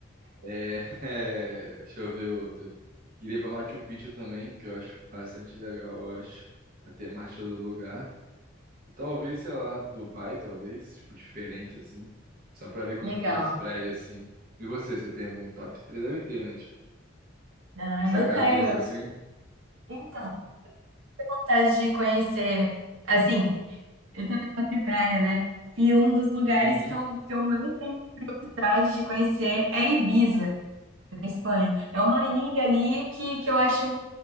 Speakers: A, on the right; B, on the right.
A: É, <laughs> é, deixa eu ver outro. Iria pra Machu Picchu também, que eu acho bastante legal, eu acho. A temática do lugar. E talvez, sei lá, Dubai, talvez, tipo, diferente, assim. Só pra ver como
B: Legal.
A: que eles prédios, assim. E você, você tem algum top 3? Deve ter, né? Tipo,
B: Ah,
A: na sua
B: eu
A: cabeça,
B: tenho.
A: assim.
B: Então, vontade de conhecer. Assim, eu também gosto de praia, né? E um dos lugares
A: Uhum.
B: que eu, que eu mais tenho vontade de conhecer é Ibiza, na Espanha. É uma ilha ali que, que eu acho